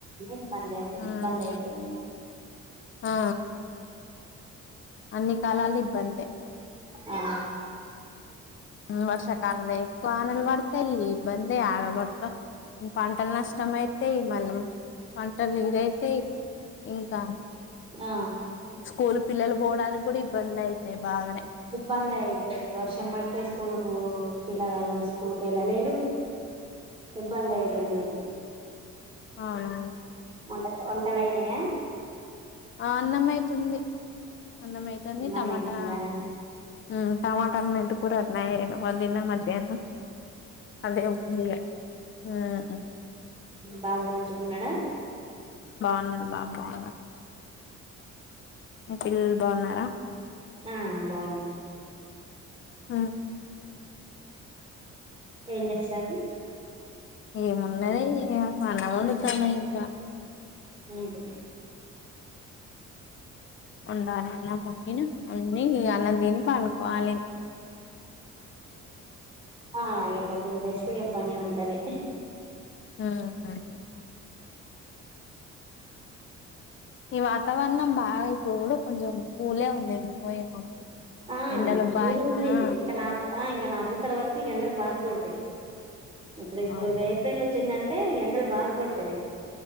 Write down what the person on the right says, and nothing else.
ఇబ్బంది
ఇబ్బంది అయితుంది
ఆ
ఆ
ఇబ్బందే అయితది వర్షం పడితే స్కూల్కు పిల్లగాళ్ళు స్కూల్కు వెళ్ళలేరు ఇబ్బందయితుంది
వంటక వంటలు అయినయా
అన్నం
అయితుందా
బావ మంచిగున్నడా
ఆ బాగున్నారు
ఏం చేస్తారు
మ్
ఆ ఎ పొద్దున్న లేస్తే ఇగ పనే ఉంటది
ఆ
ఇప్పుడు
కూలుగ ఉంది
ఇంకా నాలుగు ఆ ఇంకా నాలుగు తర్వాతకి ఎండలు బా కొడత ఇప్పుడు ఇప్పుడు
ఏప్రిల్ వచ్చింద అంటే ఎండలు బాగ్ కొడ్తవి